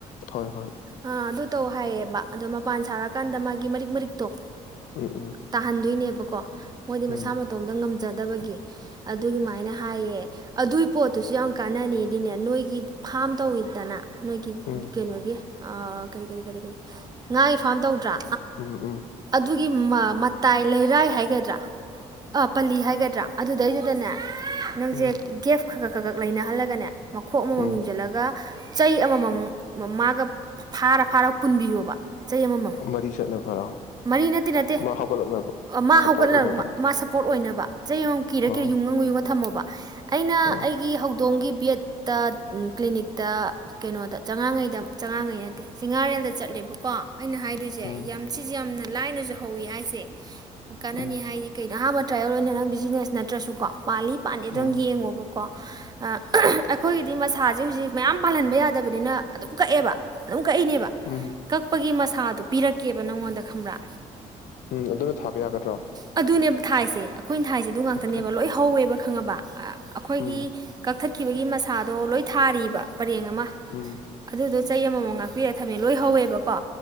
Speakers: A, on the left; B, on the right.
A: ꯍꯣꯏ ꯍꯣꯏ
B: ꯑꯥ ꯑꯗꯨ ꯇꯧ ꯍꯥꯏꯌꯦꯕ ꯑꯗꯣ ꯃꯄꯥꯟ ꯁꯥꯔꯀꯥꯟꯗ ꯃꯥꯒꯤ ꯒꯤ ꯃꯔꯤꯛ ꯃꯔꯤꯛꯇꯣ
A: ꯎꯝ ꯎꯝ
B: ꯇꯥꯍꯟꯗꯣꯏꯅꯦꯕ ꯀꯣ ꯃꯣꯏꯗꯤ ꯃꯁꯥ
A: ꯎꯝ
B: ꯃꯇꯣꯝꯗ ꯉꯝ ꯆꯗꯕꯒꯤ ꯑꯗꯨꯃꯥꯏꯅ ꯍꯥꯏꯌꯦ ꯑꯗꯨꯏ ꯄꯣꯠꯇꯨꯁꯨ ꯌꯥꯝ ꯀꯥꯟꯅꯅꯤꯗꯤꯅꯦ ꯅꯣꯏꯒꯤ ꯐꯥꯝ ꯇꯧꯋꯤꯗꯅ ꯅꯣꯏꯒꯤ
A: ꯎꯝ
B: ꯀꯩꯅꯣꯒꯤ ꯀꯔꯤ ꯀꯔꯤ ꯀꯔꯤ ꯀꯔꯤ ꯉꯥꯒꯤ ꯐꯥꯝ ꯇꯧꯗ꯭ꯔꯥ
A: ꯎꯝ ꯎꯝ
B: ꯑꯗꯨꯒꯤ ꯃꯇꯥꯏ ꯂꯩꯔꯥꯏ ꯍꯥꯏ ꯍꯥꯏꯒꯗ꯭ꯔꯥ ꯄꯜꯂꯤ ꯍꯥꯏꯒꯗ꯭ꯔꯥ ꯑꯗꯨꯗꯩꯗꯨꯗꯅꯦ ꯅꯪꯁꯦ
A: ꯎꯝ
B: ꯈꯍꯛ ꯈꯒꯛ ꯂꯩꯅꯍꯜꯂꯒꯅꯦ ꯃꯈꯣꯛ ꯑꯃꯃꯝ
A: ꯎꯝ
B: ꯌꯨꯡꯁꯤꯜꯂꯒ ꯆꯩ ꯑꯃꯃꯝ ꯃꯥꯒ ꯐꯥꯔ ꯐꯥꯔꯒ ꯄꯨꯟꯕꯤꯌꯣꯕ ꯆꯍꯤ ꯑꯃꯃ
A: ꯃꯔꯤ ꯆꯠꯅꯕꯔꯣ
B: ꯃꯔꯤ ꯅꯠꯇꯦ ꯅꯠꯇꯦ
A: ꯃꯥ ꯍꯧꯒꯠꯂꯛꯅꯕ
B: ꯃꯥ
A: ꯁꯞꯄꯣꯔꯠ
B: ꯍꯧꯒꯠꯂꯛ
A: ꯑꯣꯏꯅꯕ
B: ꯃꯥ ꯁꯞꯄꯣꯔꯠ ꯑꯣꯏꯅꯕ ꯆꯩ ꯑꯃꯃꯝ ꯀꯤꯔ
A: ꯑꯥ
B: ꯀꯤꯔ ꯌꯨꯡꯉ ꯌꯨꯡꯉ ꯊꯝꯃꯣꯕ ꯑꯩꯅ
A: ꯑꯥ
B: ꯑꯩꯒꯤ ꯍꯧꯗꯣꯡꯒꯤ ꯕꯦꯠꯇ ꯀ꯭ꯂꯤꯅꯤꯛꯇ ꯀꯩꯅꯣꯗ ꯆꯉꯥꯉꯩꯗ ꯆꯉꯥꯉꯩ ꯅꯠꯇꯦ ꯆꯤꯉꯥꯔꯦꯜꯗ ꯆꯠꯂꯦꯕꯀꯣ ꯑꯩꯅ ꯍꯥꯏꯗꯣꯏ
A: ꯎꯝ
B: ꯌꯥꯝ ꯁꯤꯁꯦ ꯌꯥꯝꯅ ꯂꯥꯏꯅꯁꯨ ꯍꯧꯋꯤ ꯍꯥꯏꯁꯦ ꯀꯥꯟꯅꯅꯤ
A: ꯎꯝ
B: ꯍꯥꯏꯗꯤ ꯀꯣ ꯑꯍꯥꯟꯕ ꯇ꯭ꯔꯥꯏꯌꯦꯜ ꯑꯣꯏꯅ ꯅꯪ ꯕꯤꯖꯤꯅꯦꯁ ꯅꯠꯇ꯭ꯔꯁꯨꯀꯣ ꯄꯥꯜꯂꯤ ꯄꯥꯜꯂꯤ
A: ꯎꯝ
B: ꯑꯗꯨꯝ ꯌꯦꯡꯉꯣꯕꯀꯣ ꯑꯩꯈꯣꯏꯒꯤꯗꯤ ꯃꯁꯥꯁꯦ ꯍꯧꯖꯤꯛ ꯃꯌꯥꯝ ꯄꯥꯜꯍꯟꯕ ꯌꯥꯗꯕꯅꯤꯅ ꯑꯗꯨꯝ ꯀꯛꯑꯦꯕ ꯑꯗꯨꯝ ꯀꯛꯏꯅꯦꯕ
A: ꯎꯝ
B: ꯀꯛꯄꯒꯤ ꯃꯁꯥꯗꯣ ꯄꯤꯔꯛꯀꯦꯕ ꯅꯪꯉꯣꯟꯗ ꯈꯪꯕ꯭ꯔꯥ
A: ꯎꯝ ꯑꯗꯨꯅ ꯊꯥꯕ ꯌꯥꯒꯗ꯭ꯔꯣ
B: ꯑꯗꯨꯅꯦꯕ ꯊꯥꯏꯁꯦ ꯑꯩꯈꯣꯏꯅ ꯊꯥꯏꯁꯦ ꯑꯗꯨ ꯉꯥꯛꯇꯅꯦꯕ
A: ꯑꯣꯀꯦ
B: ꯂꯣꯏ ꯍꯧꯋꯦꯕ ꯈꯪꯉꯕ ꯑꯩꯈꯣꯏꯒꯤ
A: ꯎꯝ
B: ꯀꯛꯊꯠ ꯈꯤꯕꯒꯤ ꯃꯁꯥꯗꯣ ꯂꯣꯏ ꯊꯥꯔꯤꯕ ꯄꯔꯦꯡ
A: ꯎꯝ
B: ꯑꯗꯨ ꯑꯃ ꯉꯥꯛꯄꯤꯔꯒ ꯊꯝꯃꯦ ꯂꯣꯏ ꯍꯧꯋꯦꯕꯀꯣ